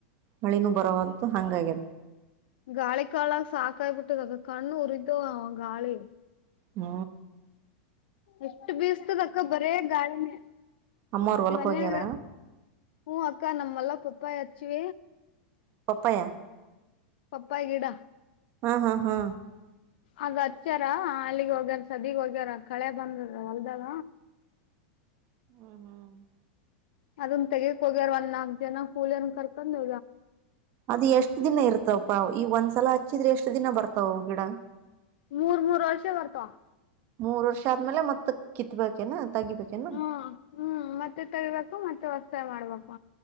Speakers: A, on the right; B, on the left.
A: ಮಳಿನೂ ಬರವಲ್ತು ಹಂಗಾಗಿ.
B: ಗಾಳಿ ಕಾಲ ಸಾಕಾಯ್ ಬಿಟ್ಟದ ಕಣ್ಣು ಉರಿತ ಅವ ಗಾಳಿ.
A: ಹ್ಮ
B: ಎಷ್ಟು ಬೀಸತದ ಅಕ್ಕ ಬರೇ ಗಾಳಿನೆ
A: ಅಮ್ಮವ್ರ ಹೊಲಕ್
B: ಮನ್ಯಾಗ.
A: ಹೋಗ್ಯಾರ
B: ಹ್ಮ್ ಅಕ್ಕ ನಮ್ಮಲ್ಲ ತುಪ್ಪ ಹಚ್ಚಿ.
A: ಪಪ್ಪಾಯ
B: ಪಪ್ಪಾಯ ಗಿಡ.
A: ಹಾ ಹಾ ಹಾ.
B: ಅಗ ಹಚ್ಚ್ಯಾರ ಹಾಲಿಗೆ ಹೋಗ್ಯಾರ ಸದಿಗ್ ಹೋಗ್ಯಾರ ಕಳೆ ಬಂದ ಅಲ್ದಾಗ.
A: <unintelligible>
B: ಅದನ್ ತೆಗಕ್ ಹೋಗ್ಯಾರವಲ್ಲ ಒಂದು ನಾಕ್. ಜನ ಕೂಲಿರಾರ್ನ ಕರ್ಕೊಂಡು.
A: ಅದು ಎಷ್ಟ್ ದಿನ ಇರ್ತವಪ್ಪಾ ಈಗ ಒಂದ್ಸಲ ಹಚ್ಚಿದ್ರೆ ಎಷ್ಟ್ ದಿನ ಬರ್ತಾವು ಅವು ಗಿಡ.
B: ಮೂರ್ ಮೂರು ವರ್ಷ ಬರ್ತವ್.
A: ಮೂರ್ ವರ್ಷ ಆದ್ಮೇಲೆ ಮತ್ತತ್ ಕಿತ್ಬೇಕೇನ ತಗಿಬೇಕೇನ.
B: ಹ್ಮ್ ಹ್ಮ್ ಮತ್ತೆ ತೇಗಿಬೇಕು ಮತ್ತೆ ಹೊಸದಾಗಿ ಮಾಡಬೇಕು.